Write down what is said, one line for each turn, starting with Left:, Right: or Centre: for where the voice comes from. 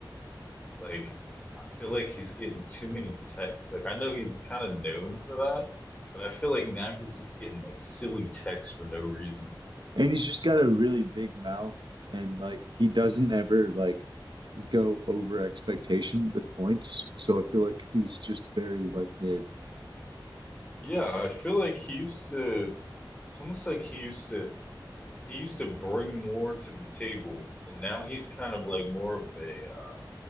Left: Like, I feel like he's getting too many texts. Like, I know he's kind of known for that, but I feel like now he's just getting like silly texts for no reason.
Right: And he's just got a really big mouth and like he doesn't ever like go over expectation with points. So I feel like he's just very like mid,
Left: Yeah, I feel like he used to, it's almost like he used to, he used to bring more to the table, and now he's kind of like more of a, uh,